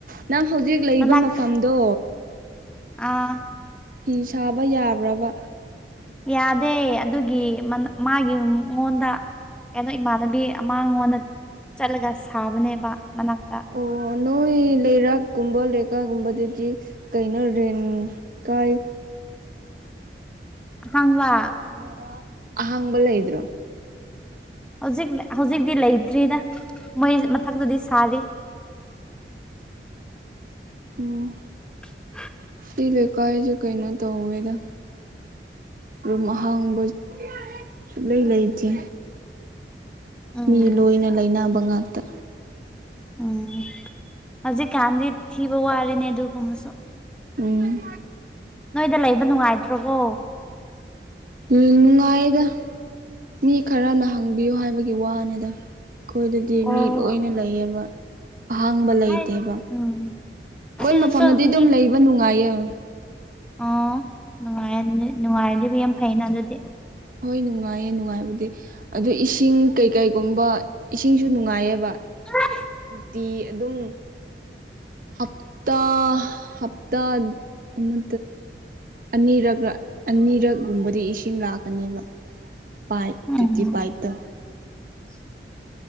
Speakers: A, on the right (about 50°); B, in the centre.
A: ꯅꯪ ꯍꯧꯖꯤꯛ ꯂꯩꯕ
B: ꯃꯅꯥꯛꯇ
A: ꯃꯐꯝꯗꯣ
B: ꯑꯥ
A: ꯐꯤ ꯁꯥꯕ ꯌꯥꯕ꯭ꯔꯕ
B: ꯌꯥꯗꯦ ꯑꯗꯨꯒꯤ ꯃꯥꯒꯤ ꯃꯉꯣꯟꯗ ꯀꯩꯅꯣ ꯏꯃꯥꯟꯅꯕꯤ ꯑꯃꯥꯡꯉꯣꯟꯗ ꯆꯠꯂꯒ ꯁꯥꯕꯅꯦꯕ ꯃꯅꯥꯛꯇ
A: ꯑꯣ ꯅꯣꯏ ꯂꯩꯔꯥꯛꯀꯨꯝꯕ ꯂꯩꯀꯥꯒꯨꯝꯕꯗꯗꯤ ꯀꯩꯅꯣ ꯔꯦꯟ ꯀꯥꯏ
B: ꯍꯥꯡꯕ
A: ꯌꯨꯝꯚꯔ ꯑꯍꯪꯕꯂ ꯍꯥꯏ꯭ꯔꯣ
B: <inaudible> ꯍꯧꯖꯤꯛ ꯍꯧꯖꯤꯛꯇꯤ ꯂꯩꯇ꯭ꯔꯤꯅ ꯃꯣꯏ ꯃꯊꯛꯇꯗꯤ ꯁꯥꯔꯤ
A: ꯎꯝ
B: <inaudible>
A: ꯇꯤ ꯂꯩꯀꯥꯏꯑꯁꯨ ꯀꯩꯅꯣ ꯇꯧꯋꯗ ꯄꯨꯔꯨꯝ ꯑꯍꯥꯡꯕ ꯁꯨꯡꯂꯩ ꯂꯩꯇꯦ
B: ꯎꯝ
A: ꯃꯤ ꯂꯣꯏꯅ ꯂꯩꯅꯕ ꯉꯥꯛꯇ
B: ꯎꯝ ꯍꯧꯖꯤꯛ ꯀꯥꯟꯗꯤ ꯊꯕ ꯋꯥꯔꯅꯦꯗꯨ ꯀꯨꯁꯨ
A: ꯎꯝ
B: ꯅꯣꯏꯗ ꯂꯩꯕ ꯅꯨꯡꯉꯥꯏꯇ꯭ꯔꯣꯕꯣ
A: ꯅꯨꯡꯉꯥꯏꯌꯦꯗ ꯃꯤ ꯈꯔꯅ ꯍꯪꯕꯤꯌꯨ ꯍꯥꯏꯕꯒꯤ ꯋꯥꯅꯤꯗ ꯑꯩꯈꯣꯏꯗꯗꯤ
B: ꯑꯣ
A: ꯃꯤꯠ ꯂꯣꯏꯅ ꯂꯩꯌꯦꯕ ꯑꯍꯥꯡꯕ ꯂꯩꯇꯦꯕ
B: ꯍꯥꯏ
A: ꯑꯩꯈꯣꯏ
B: ꯎꯝ ꯁꯤꯗꯁꯨ
A: ꯃꯐꯝꯗꯗꯤ
B: ꯃꯤ
A: ꯑꯗꯨꯝ ꯂꯩꯕ ꯅꯨꯡꯉꯥꯏꯌꯦꯕ
B: ꯑꯣ ꯅꯨꯡꯉꯥꯏ ꯅꯨꯡꯉꯥꯏꯔꯗꯤꯕꯨ ꯌꯥꯝ ꯐꯩꯩꯅ ꯑꯗꯨꯗꯤ
A: ꯍꯣꯏ ꯅꯨꯡꯉꯥꯏꯌꯦ ꯅꯨꯡꯉꯥꯏꯕꯗꯤ ꯑꯗꯨꯗ ꯏꯁꯤꯡ ꯀꯩꯀꯩꯒꯨꯝꯕ ꯏꯁꯤꯡꯁꯨ ꯅꯨꯡꯉꯥꯏꯌꯦꯕ
B: ꯎ
A: ꯇꯤ ꯑꯗꯨꯝ ꯍꯥꯞꯇꯥ ꯍꯞꯇꯥ ꯑꯃ ꯑꯅꯤꯔꯛ ꯑꯅꯤꯔꯛꯒꯨꯝꯕꯗꯤ ꯏꯁꯤꯡ ꯂꯥꯛꯀꯅꯦꯕ ꯄꯥꯏ
B: ꯎꯝ
A: ꯇꯗꯤ ꯄꯥꯏ ꯇꯣ
B: <unintelligible>